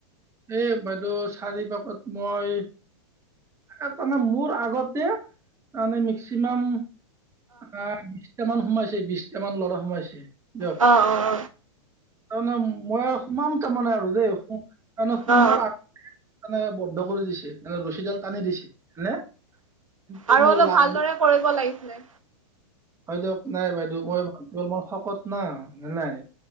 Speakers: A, on the right; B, on the right.
A: এ বাইদেউ চাৰি পাকত মই তাৰমানে মোৰ আগতে তাৰমানে মেক্সিমাম, অ বিশটা মান। সোমাইছে বিশটা মান ল'ৰা সোমাইছে। দিয়ক
B: অ অ,
A: তাৰমানে মই আৰু সোমাম তাৰমানে আৰু দেই তাৰমানে সোমৰ
B: অ অ
A: আগ মানে বন্ধ কৰি দিছে নে ৰছীডাল টানি দিছে। নে কিন্তু
B: আৰু
A: মোৰ
B: অলপ
A: লাগ
B: ভালদৰে কৰিব লাগিছিলে।
A: হয় দিয়ক নাই বাইদে মই ভাল মোৰ। ক কত না ন নাই।